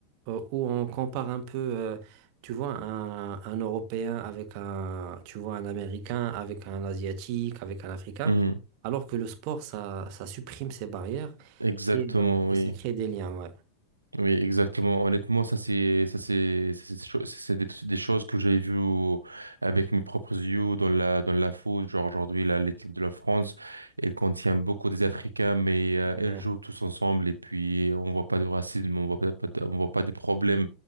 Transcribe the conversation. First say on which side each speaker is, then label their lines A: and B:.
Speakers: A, on the right; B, on the right.
A: euh, où on compare un peu, euh, tu vois, un, un Européen avec un, tu vois, un Américain, avec un Asiatique, avec un Africain,
B: mhm.
A: alors que le sport, ça, ça supprime ces barrières
B: Exactement,
A: et, euh,
B: oui.
A: et ça crée des liens, ouais.
B: Oui, exactement. Honnêtement, ça c'est ça c'est ça, c'est des cho- c'est des, des choses que j'ai vues au- avec mes propres yeux dans la dans la foot. Genre aujourd'hui, là, l'équipe de la France, elle contient beaucoup des Africains, mais euh,
A: Ouais,
B: elle joue tous ensemble et puis on voit pas de racisme, on voit pas, pas de- on voit pas de problèmes